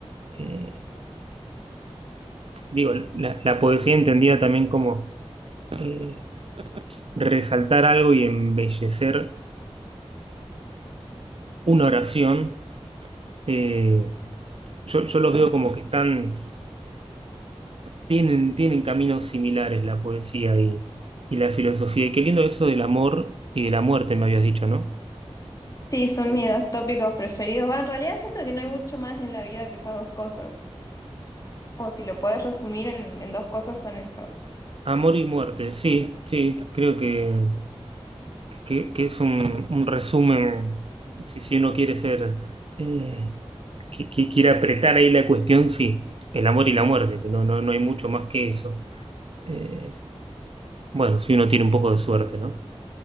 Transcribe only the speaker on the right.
eh, digo, la, la poesía entendida también como eh, resaltar algo y embellecer una oración. eh, yo, yo los veo como que están, tienen, tienen caminos similares la poesía y, y la filosofía. Y qué lindo eso del amor y de la muerte, me habías dicho, ¿no?
Amor y muerte, sí, sí, creo que, que, que es un, un resumen, si, si uno quiere ser, eh, que, que quiere apretar ahí la cuestión, sí, el amor y la muerte, que no, no, no hay mucho más que eso. Eh, bueno, si uno tiene un poco de suerte, ¿no?